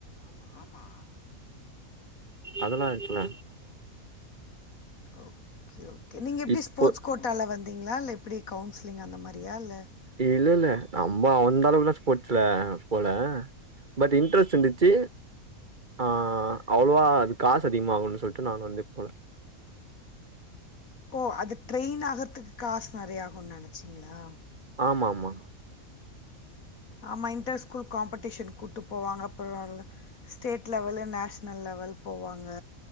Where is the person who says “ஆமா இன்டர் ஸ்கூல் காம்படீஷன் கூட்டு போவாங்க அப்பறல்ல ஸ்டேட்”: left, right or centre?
Left